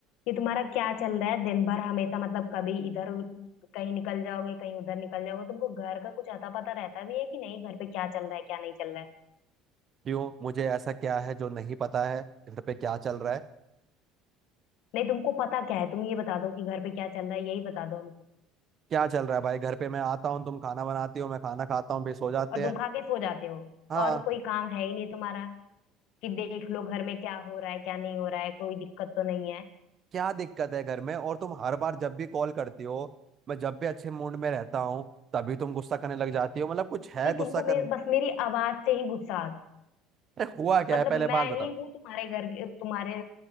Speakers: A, on the left (about 55°); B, on the right (about 25°).
A: कि तुम्हारा क्या चल रहा है दिन भर हमेशा मतलब कभी इधर कहीं निकल जाओगे कहीं उधर निकल जाओगे तुमको घर का कुछ अता पता रहता भी है कि नहीं घर पे क्या चल रहा है क्या नहीं चल रहा है
B: क्यों मुझे ऐसा क्या है जो नहीं पता है घर पे क्या चल रहा है
A: नहीं तुमको पता क्या है तुम ये बता दो कि घर पे क्या चल रहा है यही बता दो हमको
B: क्या चल रहा है भाई घर पे मैं आता हूँ तुम खाना बनाती हो मैं खाना खाता हूँ फिर सो जाते
A: और तुम
B: हैं
A: खा के सो जाते हो
B: हाँ
A: और कोई काम है ही नहीं तुम्हारा कि देख लो घर में क्या हो रहा है क्या नहीं हो रहा है कोई दिक्कत तो नहीं है
B: क्या दिक्कत है घर में और तुम हर बार जब भी कॉल करती हो मैं जब भी अच्छे मूड में रहता हूँ तभी तुम गुस्सा करने लग जाती हो मतलब कुछ है
A: नहीं
B: गुस्सा
A: तुमको
B: करने
A: मे, बस मेरी आवाज से ही गुस्सा आ-
B: अरे हुआ क्या
A: मतलब
B: है पहले
A: मैं
B: बात बताओ
A: ही हूँ तुम्हारे घर के तुम्हारे